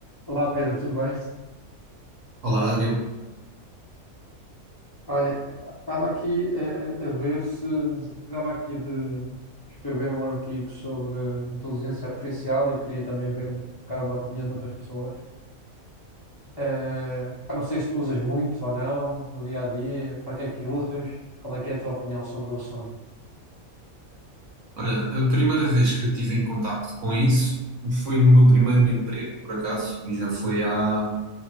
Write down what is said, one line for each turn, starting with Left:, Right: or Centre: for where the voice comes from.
Left: Olá Pedro, tudo bem?
Right: Olá, Diogo.
Left: Olha, epá, estava aqui eh, a ver se precisava aqui de escrever um artigo sobre inteligência artificial e queria também ver um bocado a opinião de outras pessoas. Eh, ah, não sei se tu usas muito ou não no dia a dia, para que é que usas, qual é que é a tua opinião sobre o assunto?
Right: Olha, a primeira vez que eu tive em contacto com isso foi no meu primeiro emprego, por acaso, e já foi há